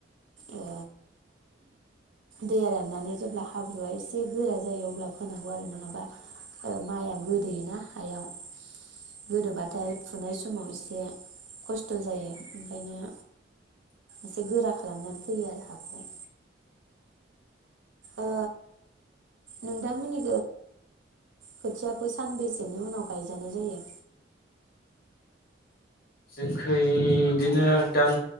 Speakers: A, on the right; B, on the left.
A: ओ दैया राननानै जेब्ला हाब्रुआ एसे गोरा जायो अब्ला फोनांगौ आरो नङाबा माइआ गोदोयोना हायाव। गोदोबाथाय फुनाय समाव एसे खस्थ जायो ओंखायनो एसे गोरा खालामनानै फैयो आरो हाखौ। अ नोंदां मिनि खोथियाखौ सानबेसेनि उनाव गायजानाय जायो।
B: जोंखै बिदिनो दान